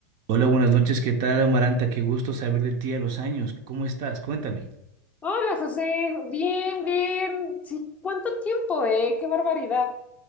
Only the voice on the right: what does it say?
Hola, buenas noches. ¿Qué tal, Amaranta? Qué gusto saber de ti a los años. ¿Cómo estás? Cuéntame.